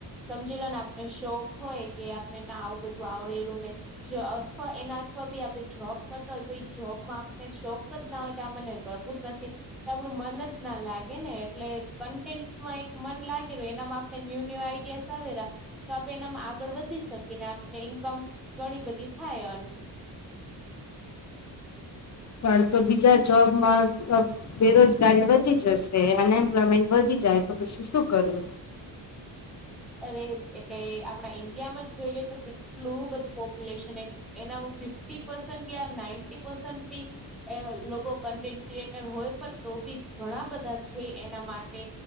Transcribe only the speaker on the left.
પણ તો બીજા જોબમાં બેરોજગારી વધી જશે, અનએમ્પ્લોયમેન્ટ વધી જાય તો પછી શું કરવુ?